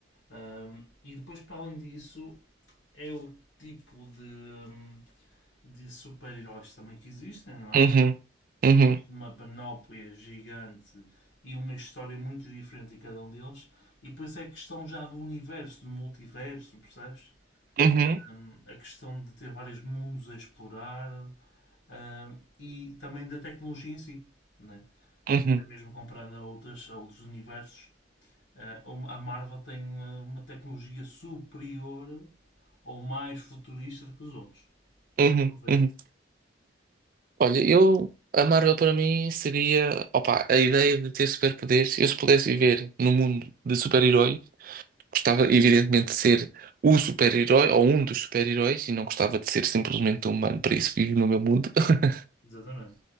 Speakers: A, on the left (about 80°); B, on the right (about 45°).
A: Ahm, e depois, para além disso, é o tipo de, de super-heróis também que existem, não é?
B: Uhum. Uhum.
A: que existe uma panóplia gigante e uma história muito diferente em cada um deles, e depois é a questão já do universo, do multiverso, percebes?
B: Uhum.
A: Hum, a questão de ter vários mundos a explorar hum, e também da tecnologia em si, né?
B: Uhum.
A: Até mesmo comparando a, outras, a outros universos, ah, a Marvel tem ah, uma tecnologia superior ou mais futurista do que os outros.
B: Uhum.
A: Vou ver,
B: Uhum. Olha, eu. A Marvel para mim seria. Opa, a ideia de ter superpoderes. Eu, se pudesse viver num mundo de super-heróis, gostava, evidentemente, de ser o super-herói ou um dos super-heróis e não gostava de ser simplesmente um humano. Para isso, vivo no meu mundo. <laughs>
A: exatamente.